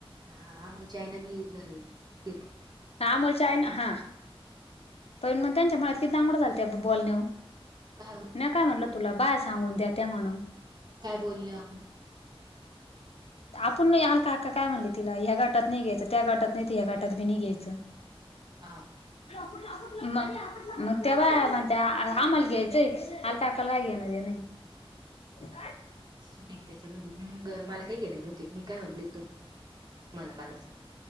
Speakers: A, on the right (about 40°); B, on the left (about 80°).
A: हाा मुलई नी
B: हा मुच्या आहे ना हा पण मग त्यांच्या म कि दांगड चालत बोल नऊ
A: काय हो-
B: न काय म्हटलं तुला बाय सांगून द्या त्या म्हणून
A: काय बोलल आपण
B: आपण नाही हलका हक्का काय म्हणली तिला ह्या गाटात नाही घ्यायचं त्या गाटात नाही ह्या गाटात बी नाही घ्यायचं.
A: हा.
B: हो. मग मग तेव्हा म्हणत आम्हाला घ्यायचंय हलका हकालका घेणार नाही. ह.
A: सुनील त्याच्यामध्ये मग मला काही गेलं नव्हते मी काय म्हटले त मला ल